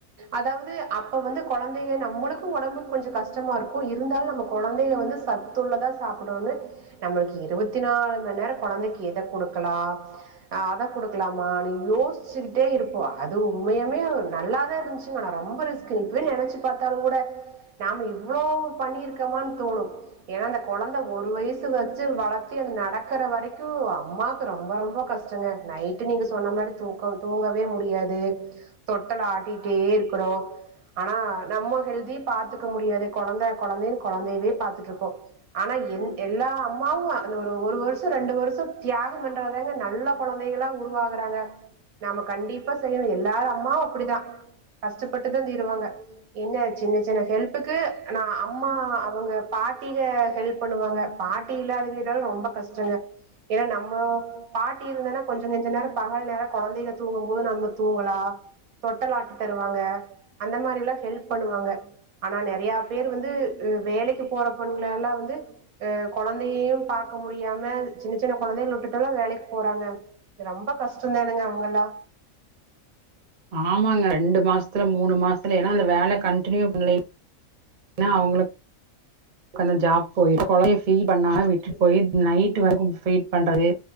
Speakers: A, on the right; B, on the right.
A: அதாவது அப்ப வந்து கொழந்தைக நம்மளுக்கு ஒடம்புக் கொஞ்சொ கஷ்டமாருக்கு. இருந்தாலு நம்ம கொழந்தைக வந்து சத் துள்ளதா சாப்டோனு நம்மளுக்கு இருவத்தி நாலு மண் நேரோ கொழந்தைக் எத குடுக்கலா அ அத குடுக்கலாமானு யோசிச்சுக்கிட்டே இருப்போ அது உண்மையாமே நல்லாதா இருஞ்ச்சுங்க ஆனா ரொம்ப ரிஸ்க்கு இப்வே நெனைச்சு பாத்தாலுங் கூட நாம இவ்ளோ பண்ணிருக்கமான் தோணு. ஏனா அந்த கொழந்த ஒரு வய்சு வச்சு வளத்தி அது நடக்கற வரைக்குவ் அம்மாக்கு ரொம்பொ ரொம்பொ கஷ் டங்க நைட்டு நீங்க சொன்ன மாரி தூக்கோ தூங்கவே முடியாது. தொட்டல் ஆட்டிட்டே இருக்கணு. ஆனா நம்ம ஹெல்தியு பாத்துக்க முடியாது கொழந்த கொழந்தினு கொழந்தைவே பாத்துட்ருப்போ. ஆனா எந் எல்லா அம்மாவு அந்த ஒரு ஒரு வருஷோ ரெண்டு வருஷோ தியாகம் பண்றதாங்க நல்ல கொழந்தைகளா உருவாகறாங்க. நாம கண்டிப்பா செய்யணு எல்லார் அம்மாவு தா கஷ்டப்பட்டு தா தீருவாங்க. என்ன சின்ன சின்ன ஹெல்ப்புக்கு நா அ அம்மா அவுங்க பாட்டிக ஹெல்ப் பண்ணுவாங்க பாட்டி இல்லாத வீடல் ரொம்ப கஷ்டங்க. ஏனா நம்மோ பாட்டி இருந்தானா கொஞ்ச நஞ்ச நேரோ பகல் நேரோ கொழந்தைக தூங்கும் போது நம்ம தூங்கலா. தொட்டல் ஆட்டி தருவாங்க. அந்த மாரில்லா ஹெல்ப் பண்ணுவாங்க. ஆனா நெறையா பேரு வந்து அ வேலைக்கு போற பொண்கள எல்லா வந்து அ கொழந்தையையு பாக்க முடியாம சின்ன சின்ன கொழந்தைள உட்டுட்டல்லா வேலைக்கு போறாங்க. து ரொம்ப கஷ்டந்தானுங்க அவுங்கல்லா.
B: ஆமாங்க ரெண்டு மாசத்துல மூணு மாசத்துல எல்லா அந்த வேல கண்டினியூ பண்லி னா அவுங்குளு கந்த ஜாப் போயிரு கொழந்தைய ஃபீ <inaudible> விட்டுட் போயி நைட்டு வரைக்கு ஃபீட் பண்றது.